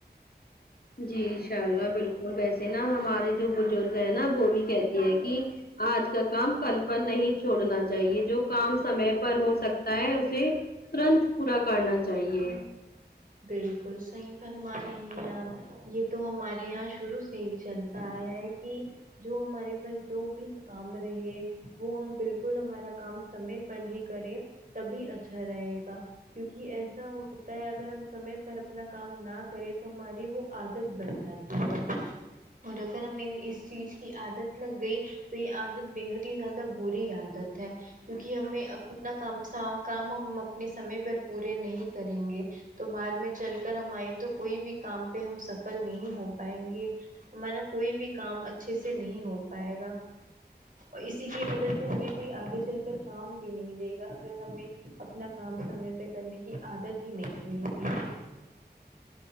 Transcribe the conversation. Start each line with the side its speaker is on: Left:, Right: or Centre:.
Left: جی انشاء اللہ بالکل ویسے نا ہمارے جو بزرگ ہیں نا وہ بھی کہتے ہیں کہ آج کا کام کل پر نہیں چھوڑنا چاہیے جو کام سمے پر ہو سکتا ہے اسے ترنت پورا کرنا چاہیے
Right: بالکل صحیح فرما رہے ہیں آپ یہ تو ہمارے یہاں شروع سے ہی چلتے تا یہ ہے کہ جو ہمارے پاس جو بھی کام رہے وہ ہم بالکل ہمارا کام سمے پر ہی کریں تبھی اچھا رہے گا کیونکہ ایسا ہوتا ہے اگر ہم سمے پر اپنا کام نہ کرے تو ہماری وہ عادت بن جاتی ہے اور اگر ہمیں اس چیز کی عادت لگ گئی تو یہ عادت بے حد ہی زیادہ بری عادت ہے کیونکہ ہمیں اپنا کام کام ہم اپنے سمے پر پورے نہیں کریں گے تو بعد میں چل کر ہمارے تو کوئی بھی کام پہ ہم سفل نہیں ہو پائیں گے ہمارا کوئی بھی کام اچھے سے نہیں ہو پائے گا اور اسی کی وجہ سے ہمیں کوئی آگے چل کر کام بھی نہیں دے گا اگر ہمیں اپنا کام سمے پہ کرنے کی عادت ہی نہیں رہے گی <inaudible>